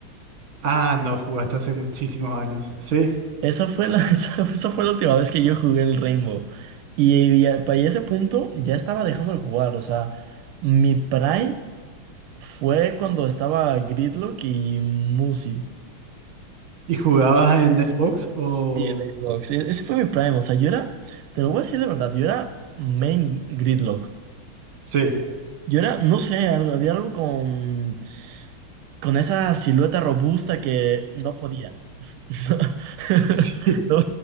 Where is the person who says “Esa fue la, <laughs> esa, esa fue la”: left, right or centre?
Right